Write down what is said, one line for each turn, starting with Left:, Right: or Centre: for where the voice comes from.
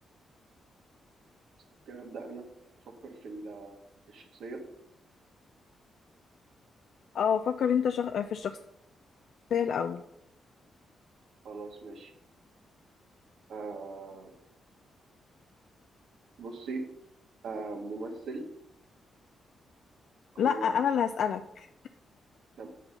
Right: بس ممكن ابدا انا افكر في ال- في الشخصيه
Left: اه فكر انت شخ... في الشخصيه الاول
Right: خلاص ماشي آه بصي آه ممثل هو
Left: لا انا اللي هسألك
Right: طب